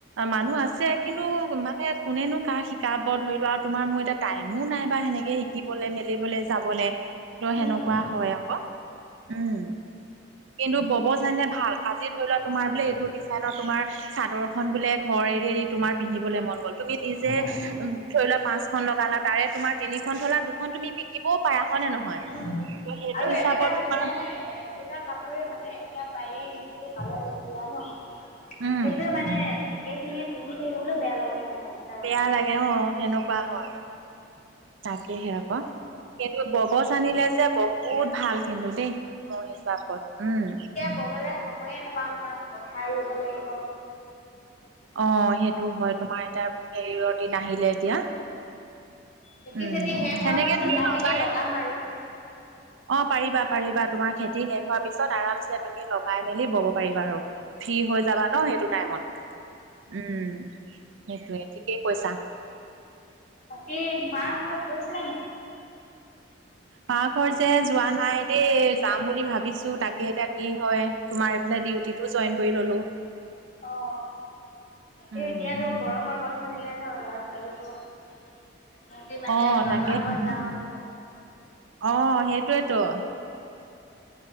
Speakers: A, on the right (about 75°); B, on the left (about 35°).
A: মানুহ আছে কিন্তু মানে কোনেনো কাক শিকাব ধৰি লোৱা আৰু তোমাৰ মোৰ এতিয়া টাইমো নাইবা সেনেকে শিকিবলে মেলিবলে যাবলে। ত' সেনেকুৱা
B: উম উম
A: হয় আকৌ উম। কিন্তু ব'ব জানিলে ভাল আজি ধৰি লোৱা তোমাৰ
B: উম
A: বোলে এইটো ডিজাইনৰ তোমাৰ চাদৰখন বোলে ঘৰ এৰি এৰি তোমাৰ পিন্ধিবলে মন গ'ল তুমি নিজে
B: উম
A: ধৰি লোৱা পাঁচখন লগালা তাৰে তোমাৰ তিনিখন থলা দুখন তুমি বিকিবও পাৰা হয়নে নহয়।
B: উম।
A: ত সেইটো
B: আৰু
A: হিচাপত
B: একেটা
A: তোমাৰ
B: ডিজাইনয়ে আহ এইকেইটা কাপোৰে মানে এইকেইটা পায়ে, যোনটো কালাৰ দিয়া ন,
A: উম
B: সেইটোৱে মানে একেখিনি পিন্ধি থাকিবলৈও, বেয়া লাগে মানে।
A: বেয়া
B: ৰঙে।
A: লাগে অ', সেনেকুৱা হয়, তাকেহে আকৌ। কিন্তু বব' জানিলে যে বহুত ভাল কিন্তু দেই মোৰ হিচাপত, উম।
B: ব'ব'লে সময়ে নোপাওঁ নহয়, পথাৰ ৰুব লাগিব।
A: অ' সেইটো হয়, তোমাৰ এতিয়া হেৰিৰ দিন আহিলে এতিয়া।
B: খেতি
A: উম,
B: চেতি শেষ
A: সেনেকে
B: হোৱাৰ পাছত
A: তুমি
B: লাহেকে
A: লগাই
B: লগাম আৰু
A: অ' পাৰিবা, পাৰিবা, তোমাৰ খেতি শেষ হোৱাৰ পিছত আৰামছে তুমি লগাই মেলি বব পাৰিবা, আৰু ফ্ৰী হৈ যাবা ন সেইটো টাইমত, উম, সেইটোয়ে, ঠিকেই কৈছা।
B: বাকী, মাৰ ঘৰত গৈছিলা নাই?
A: মাৰ ঘৰত যে যোৱা নাই দেই, যাম বুলি ভাবিছো তাকে এতিয়া কি হয়, তোমাৰ এইফালে ডিউটিটো জইন কৰি ল'লো।
B: অ'। তাকে
A: উম
B: এতিয়াতো গৰমৰ বন্ধ দিলে ন ল'ৰা- ছোৱালীবোৰ সিহঁতি মানে,
A: অ
B: মামাৰ
A: তাকে
B: ঘৰত যাওঁ বুলি ক'ব।
A: অ' সেইটোৱেতো।